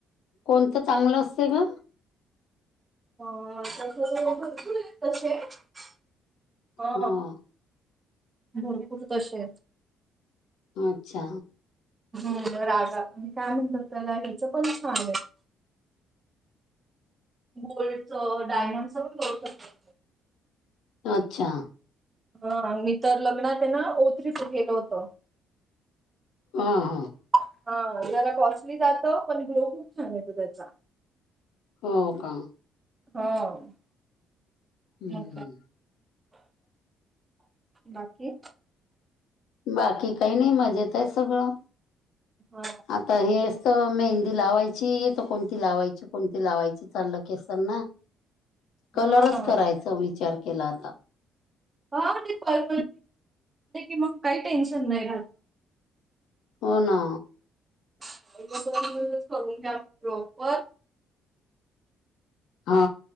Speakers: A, on the left; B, on the right.
A: कोणतं चांगलं असत ग.
B: अ सं क <unintelligible> हो
A: हां
B: भरपूर तसे आहेत.
A: अच्छा.
B: हो राजा आणि काय म्हणतात त्याला हिचं पण छान. गोल्डचं डायमंड स पण करू शकतात.
A: अच्छा.
B: हा मी तर लग्नात ये ना ओतरीच केलं होतं.
A: हां हां.
B: हा जरा कॉसली जात पण ग्लो खूप छान येतो त्याचा
A: हो का.
B: हो
A: हं.
B: म बाकी.
A: बाकी काही नाही मजेत आहे सगळं
B: हा
A: आता हे तर मेहंदी लावायची तर कोणती लावायची कोणती लावायची चाललं केसांना ना. कलरच
B: हा.
A: करायचा विचार केला आता.
B: हा ते पर की मग काही टेन्शन नाही रात
A: हो ना
B: करून घ्या प्रॉपर.
A: हा.